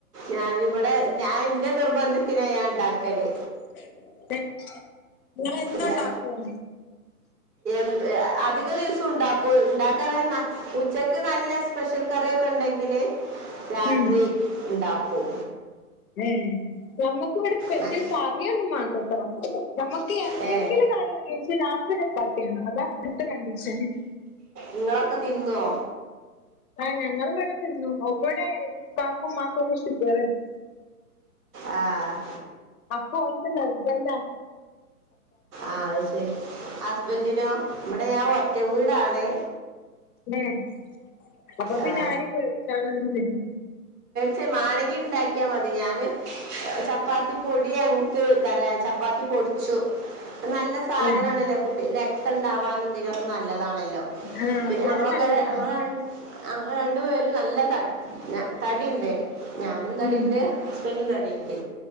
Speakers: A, on the right; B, on the left.
A: ഞാനിവിടെ ഞാൻ എന്റെ നിർബന്ധത്തിലാ ഞാൻ ഇണ്ടാക്കല്
B: <inaudible> നിങ്ങൾ എന്നും
A: രാ
B: ഉണ്ടാക്കും
A: ന്ത് അ അധിക ദിവസം ഉണ്ടാക്കും ഉണ്ടാക്കാറാണ് ഉച്ചക്ക് നല്ല സ്പെഷ്യൽ കറിയൊക്കെ ഉണ്ടെങ്കില് രാത്രി
B: ഉം.
A: ഉണ്ടാക്കും
B: ഉം നമ്മക്ക് ഇവിടെ സ്പെഷ്യൽ
A: ന-
B: കറിയൊന്നും വേണ്ടട്ടോ നമുക്ക് എന്തെങ്കിലും
A: ഏ
B: കറി മതി വെച്ച രാത്രി ചപ്പാത്തിയാണ് അതാ ഇപ്പഴത്തെ കണ്ടീഷന്
A: നിങ്ങളൊക്കെ തിന്നുവോ
B: ആഹ് ഞങ്ങൾ ഇവിടെ തിന്നു ഒവിടെ ഇപ്പാക്കും ഉമ്മാക്കുംക്കെ ഷുഗറുണ്ട്
A: ആഹ്
B: അപ്പൊ ഓർക്ക് നിർബന്ധാ
A: ആഹ് അത് ശെരി ഹസ്ബന്റിനോ ഇവിടെ ഞാൻ ഒറ്റ വീടാണെ
B: ഏഹ് അപ്പൊ പിന്നെ
A: ആ,
B: ആരേം പേടിച്ചാനൊന്നില്ലല്ലോ
A: ചെ മാണെങ്കിൽ ഇണ്ടാക്കിയാൽ മതി ഞാന് ചപ്പാത്തി പൊടി എന്താ പറ ചപ്പാത്തി പൊടിച്ചു നല്ല സാധനണല്ലൊ
B: ഏ
A: കുട്ടിക ര രക്തണ്ടവാൻ ഇതിനൊക്കെ നല്ലതാണല്ലോ
B: ആ
A: പിന്നെ
B: അതെ
A: ഞങ്ങളൊക്കെ
B: അത് നല്ലതാണ്
A: ഞങ്ങ ഞങ്ങൾ രണ്ടു പേരും നല്ല ത ഞ തടിയ്ണ്ട് ഞാനും തടിയ്ണ്ട്
B: ഉം,
A: ഹസ്ബന്റും തടിണ്ട്